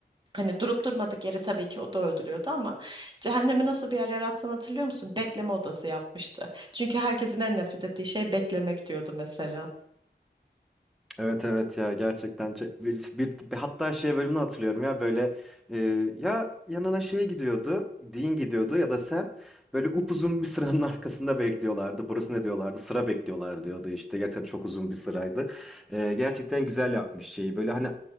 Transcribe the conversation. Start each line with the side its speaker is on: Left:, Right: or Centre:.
Right: hani durup durmadık yere tabii ki o da öldürüyordu ama cehennemi nasıl bir yer yarattığını hatırlıyor musun? Bekleme odası yapmıştı. Çünkü herkesin en nefret ettiği şey beklemek diyordu mesela.
Centre: Evet evet ya gerçekten çe- biz- bir, bir- hatta şey bölümünü hatırlıyorum ya böyle e, ya yanına şey gidiyordu Dean gidiyordu ya da Sam böyle upuzun bir sıranın <laughs> arkasında bekliyorlardı burası ne diyorlardı sıra bekliyorlar diyordu işte gerçekten çok uzun bir sıraydı E, gerçekten güzel yapmış şeyi böyle hani